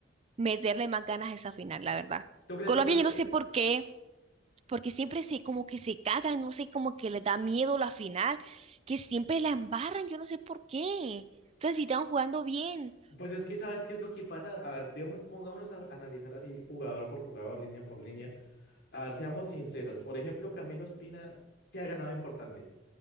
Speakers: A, on the right (about 35°); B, on the left (about 60°).
A: meterle más ganas a esa final, la verdad.
B: ¿Tú crees
A: Colombia,
B: que fue...? cu-
A: yo no sé por qué. porque siempre se como que se cagan, no sé, como que les da miedo la final, que siempre la embarran, yo no sé por qué. O sea, si están jugando bien.
B: Pues es que, ¿sabes qué es lo que pasa? A ver, digamos, pongámonos a analizar así, jugador por jugador, línea por línea. A ver, seamos sinceros. Por ejemplo, Camilo Espina, ¿qué ha ganado importante?